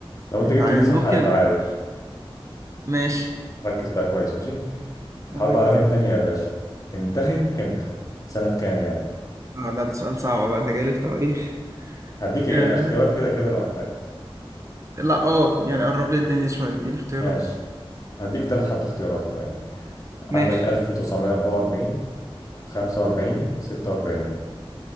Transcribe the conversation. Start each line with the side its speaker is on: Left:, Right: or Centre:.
Left: لو انت
Right: انت
Left: جبت
Right: عايز
Left: دي صح
Right: ممكن
Left: هنتعادل
Right: ماشي
Left: ركز بقى كويس ماشي الحرب
Right: ركز
Left: العالميه
Right: اهو
Left: التانية يا باشا انتهت امتى سنه كام يعني
Right: آه، لا ده سؤال صعب بقى انت جاي لي في تواريخ
Left: هديك إج-
Right: آه
Left: اختيارات كده كده لو احتجت
Right: لا اه يعني قرب لي الدنيا شويه اديني اختيارات
Left: ماشي هديك ثلاث حتى اختيارات كمان عندك
Right: ماشي
Left: 1944 45 46